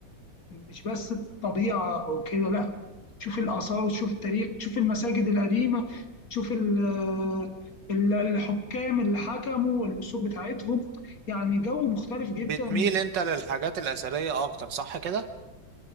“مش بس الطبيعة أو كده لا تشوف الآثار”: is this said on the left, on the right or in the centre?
Left